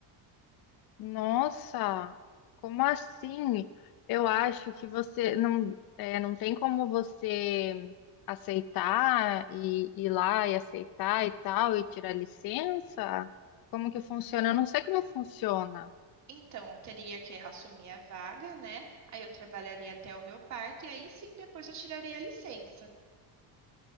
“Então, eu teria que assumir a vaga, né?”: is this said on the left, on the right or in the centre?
Right